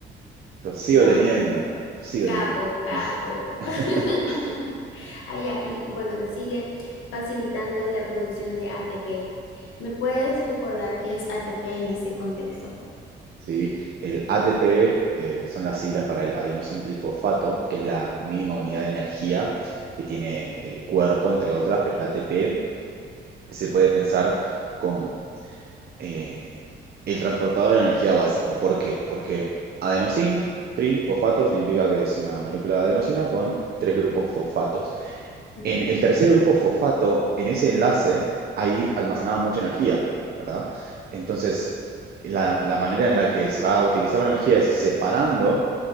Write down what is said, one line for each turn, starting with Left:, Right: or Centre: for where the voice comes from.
Right: Lo sigo
Left: No,
Right: teniendo. Sigo
Left: capo,
Right: teniendo.
Left: capo.
Right: <laughs>
Left: <laughs> Ah, ya, y bueno, sigue facilitando la producción de ATP. ¿Me puedes recordar qué es ATP en este contexto?
Right: Sí, el ATP eh, son las siglas para el adenosín trifosfato, que es la mínima unidad de energía que tiene el cuerpo, entre otras, pero el ATP se puede pensar como eh, el transportador de energía básico. ¿Por qué? Porque adenosin, trifosfato, significa que es una molécula de adenosina con tres grupos fosfatos.
Left: Ujú.
Right: En el tercer grupo fosfato, en ese enlace, hay almacenada mucha energía, ¿verdad? Entonces, la, la manera en la que se va a utilizar la energía es separando